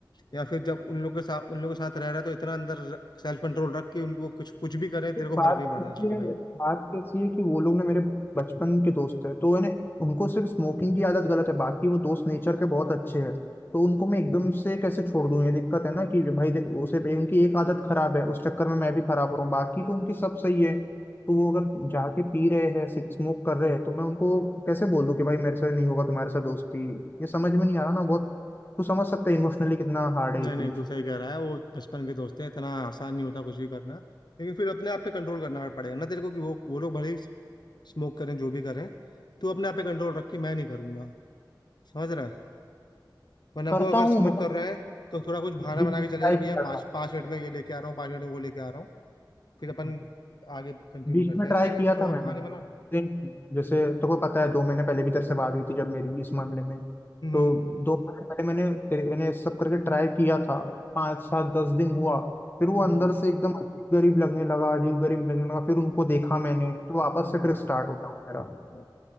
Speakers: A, on the left; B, on the left.
A: या फिर जब उन लोग के साथ उन लोग के साथ रह रहा है तो इतना अंदर सेल्फ कंट्रोल रख के उनको कुछ कुछ भी करें
B: फिर
A: तेरे को
B: बात
A: फर्क नहीं पड़ना
B: कैसी
A: चाहिए
B: है
A: भाई
B: बात कैसी है कि वो लोग ना मेरे बचपन के दोस्त है तो मैंने उनको सिर्फ स्मोकिंग की आदत गलत है बाकी वो दोस्त नेचर के बहुत अच्छे हैं तो उनको मैं एकदम से कैसे छोड़ दूं ये दिक्कत है ना कि भाई देख उसे उनकी एक आदत खराब है उस चक्कर में मैं भी खराब हो रहा हूँ बाकी तो उनकी सब सही है तो वो अगर जाके पी रहे हैं स्मोक कर रहे हैं तो मैं उनको कैसे बोल दूं कि भाई मेरे से नहीं होगा तुम्हारे साथ दोस्ती ये समझ में नहीं आ रहा ना बहुत तू समझ सकता है इमोशनली कितना हार्ड है
A: नहीं
B: ये चीज
A: नहीं तू सही कह रहा है वो बचपन के दोस्त हैं इतना आसान नहीं होता कुछ भी करना लेकिन फिर अपने आप पे कंट्रोल करना पड़ेगा ना तेरे को कि वो वो लोग भले ही स्मोक करें जो भी करें तू अपने आप पे कंट्रोल रख के मैं नहीं करूंगा समझ रहा है वरना
B: करता
A: वो अगर स्मोक
B: हूँ मैं
A: कर रहे हैं तो थोड़ा कुछ बहाना
B: बीच
A: बना के चले
B: टाइप
A: गए भैया
B: करता
A: पाँच पाँच मिनट में ये लेके आ रहा हूँ पाँच मिनट में वो लेके आ रहा हूँ फिर अपन
B: हूँ
A: आगे कंटिन्यू
B: बीच
A: करते
B: में
A: हैं
B: ट्राई
A: ऐसे भी
B: किया था
A: थोड़ा
B: मैंने
A: बहाने बना
B: लेकिन जैसे तो को पता है दो महीने पहले भी तेरे से बात हुई थी जब मेरी इस मामले में
A: हम्म
B: तो दो महीने पहले मैंने तेरे मैंने ये सब करके ट्राई किया था पाँच सात दस दिन हुआ फिर वो
A: हम्म
B: अंदर
A: हम्म
B: से एकदम अजीब गरीब लगने लगा अजीब गरीब लगने लगा फिर उनको देखा मैंने तो वापस
A: हम्म,
B: से फिर स्टार्ट हो गया वो मेरा
A: हम्म।